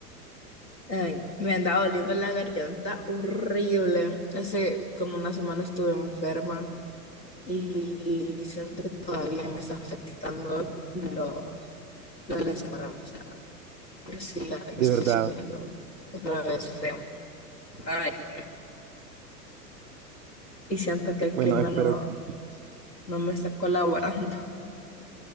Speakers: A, on the left; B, on the right.
A: Ay, no. Me andaba doliendo la garganta horrible. Hace como una semana estuve enferma. y siento que todavía me está afectando lo, lo de la semana pasada. Pero sí, ya ya
B: de
A: estoy
B: verdad.
A: sintiendo otra vez feo. Ay, y siento que el
B: Bueno,
A: clima
B: espero
A: no,
B: que.
A: no me está colaborando.